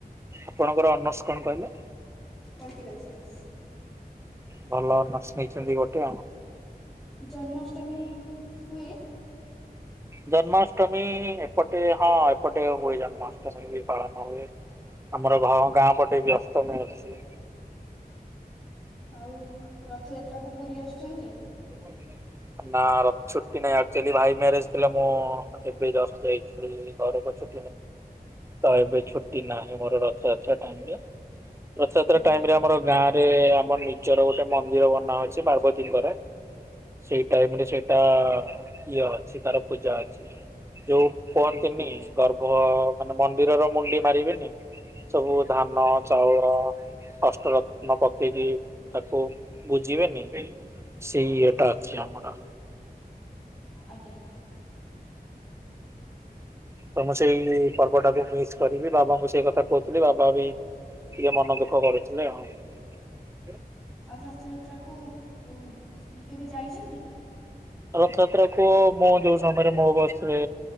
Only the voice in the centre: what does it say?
ପଲିଟିକାଲ ସାଇନ୍ସ।
ଜନ୍ମାଷ୍ଟମୀ ହୁଏ।
ଆଉ ରଥଯାତ୍ରାକୁ ପୁରୀ ଆସୁଛନ୍ତି।
ଆଜ୍ଞା
ଆଜ୍ଞା।
ଆଉ ରଥଯାତ୍ରାକୁୁ ଉମ୍ କେବେ ଯାଇଚନ୍ତି?